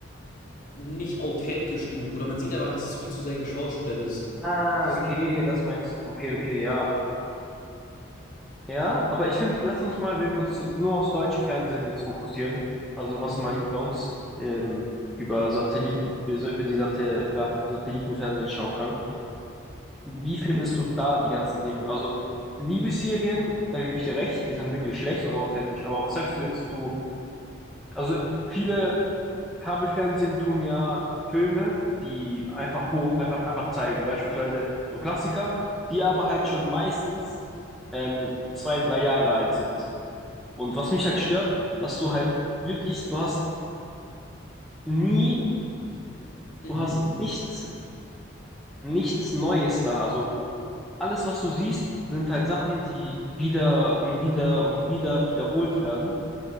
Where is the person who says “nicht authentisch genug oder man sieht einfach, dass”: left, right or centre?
Left